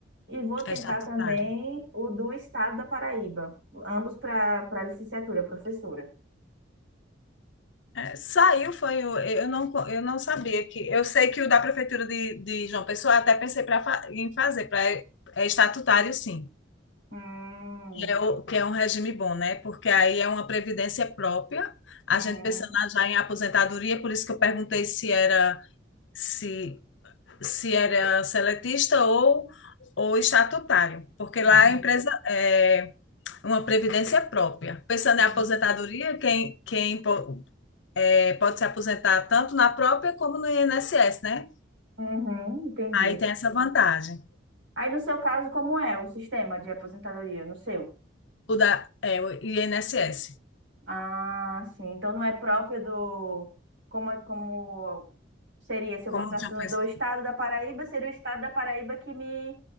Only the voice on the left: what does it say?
É estatutário.
É, saiu, foi. o- Eu não, eu não sabia que. Eu sei que o da Prefeitura de, de João Pessoa, eu até pensei pra, fa- em fazer, pra, é estatutário, sim.
Que é, o, que é um regime bom, né? Porque aí é uma previdência própria. A
gente pensando já em aposentadoria, por isso que eu perguntei se era, se, se era seletista ou, ou estatutário. Porque
lá a empresa é uma previdência própria. Pensando
em aposentadoria, quem, quem é, pode se aposentar tanto na própria como no INSS, né?
Aí tem essa vantagem,
o da, é, o INSS.
Como
eu, já
penso.